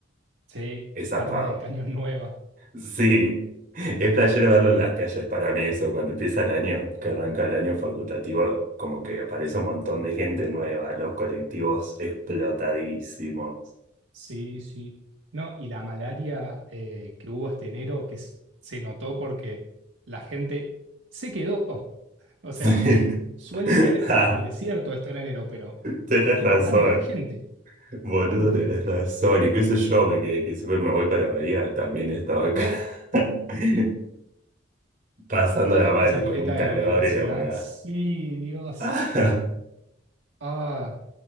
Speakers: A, on the right; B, on the right.
A: sí,
B: Es zarpado.
A: carne de cañón nueva.
B: Sí, es playero verlo
A: Sí.
B: en las calles para mí eso, cuando empieza el año, que arranca el año facultativo, como que aparece un montón de gente nueva, los colectivos explotadísimos.
A: Sí, sí. No, y la malaria eh, que hubo este enero, que s- se notó porque la gente se quedó. O
B: Sí.
A: sea, suele
B: <laughs>
A: ser
B: Ah,
A: el desierto esto en enero, pero
B: tenés
A: había
B: razón.
A: una banda de gente,
B: Boludo,
A: banda
B: tenés
A: de gente.
B: razón. Incluso yo me que, que siempre me voy para Bahía, también estaba acá
A: Eh,
B: <laughs> pasándola mal
A: Esa pileta
B: con un calor
A: de la universidad,
B: y la humedad.
A: sí, Dios.
B: <laughs>
A: Ah,